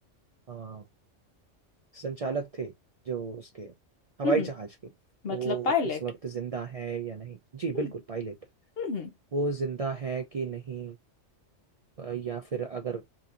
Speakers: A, on the right; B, on the left.
A: अ, संचालक थे जो उसके हवाई
B: हम्म
A: जहाज के
B: मतलब
A: वो
B: पायलट
A: इस वक्त जिंदा है या नहीं जी
B: हम्म
A: बिल्कुल पायलट
B: हम्म
A: वो जिंदा है कि नहीं अ, या फिर अगर